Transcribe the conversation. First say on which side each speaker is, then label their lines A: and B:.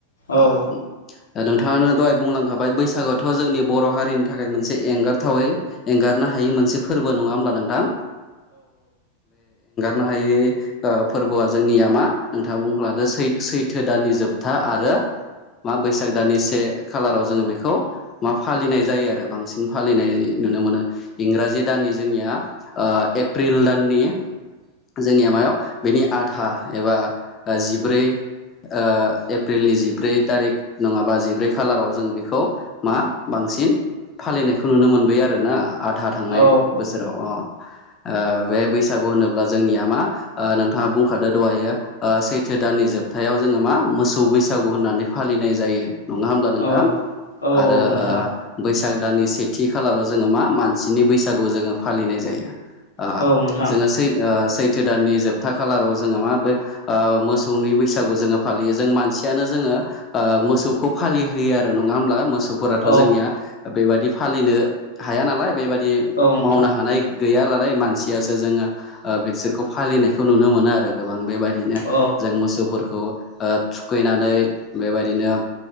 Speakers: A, on the left (about 65°); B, on the left (about 25°).
A: औ
B: ओ नोंथाङानो दहाय बुंलांखाबाय बैसागुथ जोंनि बर हारिनि थाखाय मोनसे एंगारथावै एंगारनो हायि मोनसे फोरबो नङा हब्ला नोंथां नो हायै ओ फोरबोआ जोंनिया मा थ बुं लादो सैथो दाननि जोबथा आरो मा बैसाग दाननि से खालाराव जोङो बेखौ मा फालिनाय जायो आरो बांसिन फालिनाय नुनो मोनो इंराजि दनि जोनिया ओ एप्रिल दाननि जोंनिया मायाव बेनि आधा एबा ओ जिब्रै ओ- एप्रिलनि जिब्रै थारिख नङाबा जिब्रै खालाराव जोङो बेखौ मा बांसि बांसिन फालिनायखौ नुनो मोनबोबाय आरोना आधा थांनाय
A: औ
B: बोसोराव अ ओ बे बैसागु होनोब्ला जोंनिया मा ओ नोंथाङा बुंखादो दहायो ओ सैथो दाननि जोबथायाव जोङो मा मोसौ बैसागु होननानै फालिनाय जायो । नङा हब्ला नोंथां
A: औ औ
B: आरो
A: नोंथां
B: ओ बै बैसाग दाननि सेथि खालाराव जोङो मा मानसिनि बैसागु जोङो फालिनाय जायो । ओ
A: औ नोंथां
B: जोङो सै ओ सैथो दाननि जोबथा खालाराव जोङो माब ओ मोसौनि बैसागु जोङो फालियो जों मानसियानो जोङो ओ मोसौखौ फालिहोयो आरो न होमब्ला मोसौ मोसौफोराथ
A: औ
B: जोंनिया बेबायादि फालिनो हाया नालाय बेबायाददि
A: औ नोंथां
B: मावनो हानाय गैया <unintelligible> मानसियासो जोङो ओ बिसोरखौ फालिनायखौ नुनो मोनो आरो गोबां बेबायदिनो
A: औ
B: जों मोसौफोरखौ ओ थुखैनानै बेबायदिनो